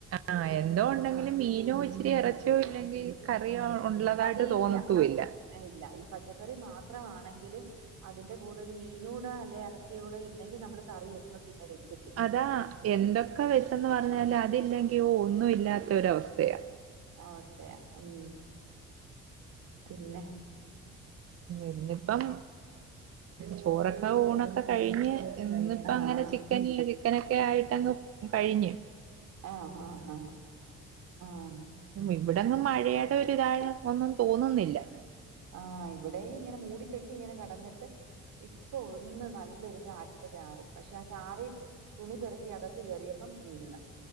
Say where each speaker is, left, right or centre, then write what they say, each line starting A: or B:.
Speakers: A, on the right (about 50°); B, on the right (about 80°).
A: ആഹ് എന്തോ ഉണ്ടെങ്കിലും മീനോ ഇച്ചിരി എറച്ചിയേ ഇല്ലെങ്കി കറിയോ ഉള്ളതായിട്ട്
B: കറിയില്ല
A: തോന്നത്തുമില്ല
B: ഇല്ല ഈ പച്ചക്കറി മാത്രമാണെങ്കിലും അതിന്റെ കൂടെ ഒരു മീനൂടോ അല്ലെ എറച്ചിയുടെ ഇല്ലെങ്കി നമ്മള് കറി ഒന്നും പിന്നെ വെച്ച്
A: അതാ എന്തൊക്കെ വെച്ചെന്ന് പറഞ്ഞാല് അതില്ലെങ്കിൽ ഒന്നും ഇല്ലാത്ത ഒരവസ്ഥയാ
B: അവസ്ഥയാ ഉം പിന്നെ
A: ഇന്നിപ്പം ചോറൊക്കെ ഊണൊക്കെ കഴിഞ്ഞ് ഇന്ന്പ്പഅങ്ങനെ
B: ആഹ് ആഹ്.
A: ചിക്കനില്ല ചിക്കനൊക്കെ ആയിട്ടങ്ങ് കഴിഞ്ഞ്
B: ആഹ് ആഹ് ആഹ് ആണ്
A: ഇവിടെന്നും മഴയടെ ഒര്തായെ ഒന്നും തോന്നുന്നില്ല
B: ആഹ് ഇവിടെയും ഇങ്ങനെ മൂടിക്കെട്ടി ഇങ്ങനെ കടന്നിട്ട് ഇപ്പൊ ഒന്ന് നല്ലൊരു ചാറ്റല് ചാറി പക്ഷെ ആ ചാറി തുണി പെറ്ക്കി അകത്ത് കെറിയപ്പം നിന്ന്